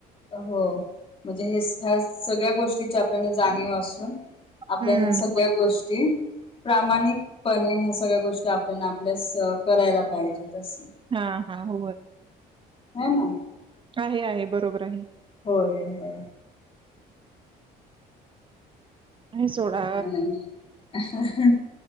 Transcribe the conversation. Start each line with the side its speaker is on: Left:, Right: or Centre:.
Left: हो म्हणजे ह्या सगळ्या गोष्टी आपल्याला जाणीव असून आपल्याला
Right: हम्म.
Left: ह्या सगळ्या गोष्टी प्रामाणिक पणे सगळ्या गोष्टी आपल्याला आपल्यास करायला पाहिजे तसं.
Right: हा हा होय
Left: हां ना.
Right: आहे आहे बरोबर आहे.
Left: होय होय
Right: आहे सोडा
Left: <unintelligible>